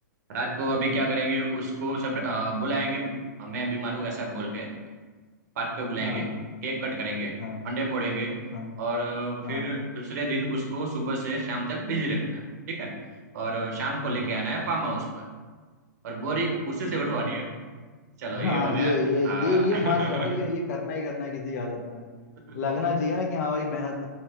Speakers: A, on the right (about 55°); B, on the left (about 60°).
A: रात को अभी क्या करेंगे उसको सप्र- अ, बुलाएंगे मैं बीमार हूँ ऐसा बोल के पार्क पे बुलाएंगे
B: हाँ
A: केक कट करेंगे
B: हाँ
A: अंडे फोड़ेंगे
B: हाँ
A: और अ,
B: हाँ
A: फिर दूसरे दिन उसको सुबह से शाम तक बिजी रखना है ठीक है और अ, शाम को लेके
B: हाँ
A: आना है फार्म हाउस पर और बोरी उसी से उठवानी है चलो ये
B: हाँ
A: हो गया
B: ये ये ये
A: हाँ
B: ये मस्त है भाई ये ये करना ही करना है किसी हालत में
A: <laughs>
B: लगना चाहिए ना कि हाँ भाई मेहनत